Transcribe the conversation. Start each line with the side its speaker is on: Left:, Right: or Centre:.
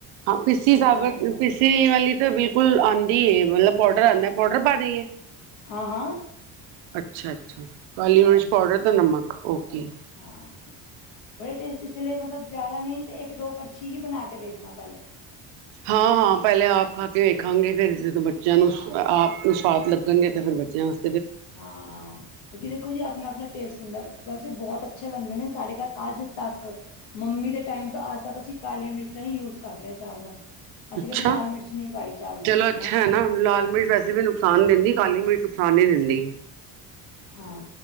Right: ਹਾਂ ਪੀਸੀ ਸਾਬਤ
Left: ਗ੍ਰਾਇੰਡ ਕਰ
Right: ਪੀਸੀ ਵਾਲੀ। ਤੇ ਬਿਲਕੁਲ ਆਂਦੀ ਹੈ, ਮਤਲਬ ਪਾੋਡਰ ਆਂਦਾ ਏ ਪਾਡਰ ਪਾ ਦਈਏ?
Left: ਹਾਂ- ਹਾਂ।
Right: ਅੱਛਾ -ਅੱਛਾ ਕਾਲੀ ਮਿਰਚ
Left: ਹਾਂਜੀ
Right: ਪੌਡਰ ਤੇ ਨਮਕ ਓਕੇ।
Left: ਹਾਂ ਬੜੇ ਟੇਸਟ ਇਸ ਲਈ ਮਤਲਬ ਜ਼ਿਆਦਾ ਨਹੀਂ ਤੇ ਇੱਕ- ਦੋ ਕੜਛੀ ਹੀ ਬਣਾ ਕੇ ਦੇਖਣਾ ਪਹਿਲੇ।
Right: ਹਾਂ- ਹਾਂ ਪਹਿਲੇ ਆਪ ਖਾ ਕੇ ਵੇਖਾਂਗੇ ਫਿਰ ਜਦੋਂ ਬੱਚਿਆਂ ਨੂੰ
Left: ਹਾਂ
Right: ਆਪ ਨੂੰ ਸਵਾਦ ਲੱ ਗੇ ਫਿਰ ਬੱਚਿਆਂ ਵਤ
Left: ਹਾਂ। ਕਿਉਂਕਿ ਦੇਖੋ ਜੀ ਆਪਣਾ -ਆਪਣਾ ਟੇਸਟ ਹੁੰਦਾ ਵੈਸੇ ਬਹੁਤ ਅੱਛੇ ਬੰਦੇ ਨੇ ਸਾਡੇ ਘਰ ਅੱਜ ਤੱਕ ਮੰਮੀ ਦੇ ਟਾਈਮ ਤੋਂ ਅੱਜ ਤੱਕ ਅਸੀਂ ਕਾਲੇ ਮਿਰਚਾਂ ਹੀ ਯੂਜ ਕਰਦੇ ਹਾਂ ਚਾਵਲਾਂ ਚ। ਅਸੀਂ
Right: ਅੱਛਾ
Left: ਕਦੀ ਲਾਲ ਮਿਰਚ ਨਹੀਂ ਪਾਈ ਚਾਵਲਾਂ
Right: ਚਲੋ
Left: ਚ
Right: ਅੱਛਾ ਹੈ ਨਾ ਲਾਲ ਮਿਰਚ ਵੈਸੇ ਵੀ ਨੁ ਖਾਨ ਦਿੰਦੀ ਕਾਲੀ ਮਿਰਚ ਨੁਕਸਾਨ ਨਹੀਂ ਦਿੰਦੀ।
Left: ਹਾਂ।